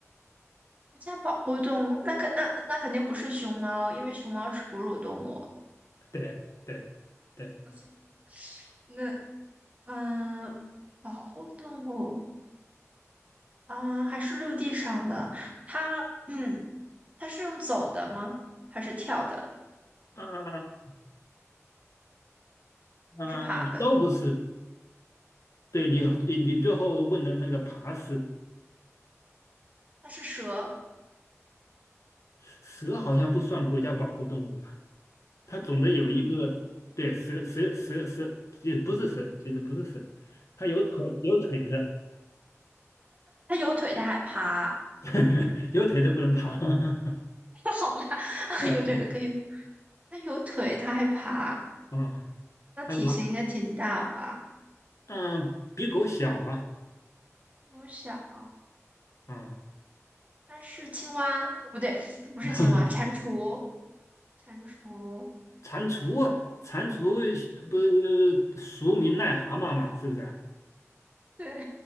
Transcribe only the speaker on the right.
国家保护动物，那肯那那肯定不是熊猫，因为熊猫是哺乳动物。
<laughs> 那嗯，保护动物啊，还是陆地上的？它，嗯，它是用走的吗？还是跳的？
还是爬的？
它是蛇，
嗯，
它有腿，它还爬，
<laughs> 它好吧，<laughs>
有腿的可以，它有腿，它还爬，
那体型应该挺大吧？
比我小，
它是青蛙，不对，不是青蛙，
蟾蜍，蟾蜍，
对，